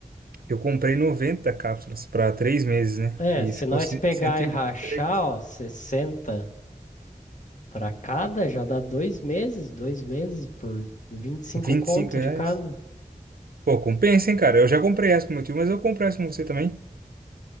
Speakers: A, on the right (about 80°); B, on the left (about 55°).
A: Eu comprei 90 cápsulas pra três meses, né?
B: É,
A: E
B: se
A: ficou
B: nós
A: cento
B: pegar e
A: e
B: rachar,
A: vinte e três.
B: ó, 60 para cada, já dá dois meses, dois meses por 25
A: vinte
B: conto
A: e cinco reais.
B: de cada.
A: Pô, compensa, hein, cara? Eu já comprei essa com meu tio, mas eu compro essa com você também.